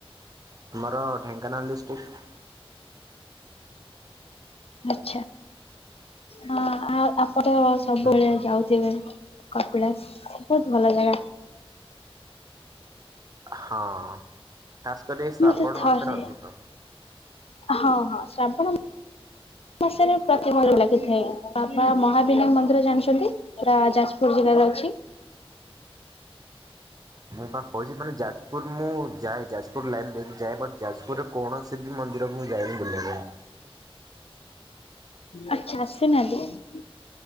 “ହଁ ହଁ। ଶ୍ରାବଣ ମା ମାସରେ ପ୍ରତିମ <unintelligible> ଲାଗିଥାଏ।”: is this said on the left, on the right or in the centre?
Left